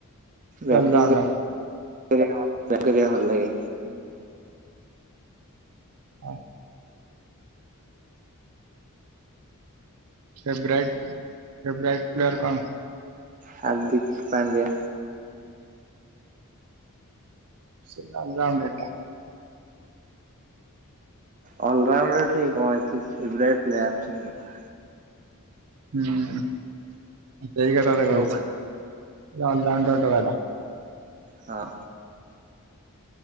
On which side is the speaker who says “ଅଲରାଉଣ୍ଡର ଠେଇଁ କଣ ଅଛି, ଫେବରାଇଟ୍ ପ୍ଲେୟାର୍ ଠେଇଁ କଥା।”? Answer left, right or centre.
Right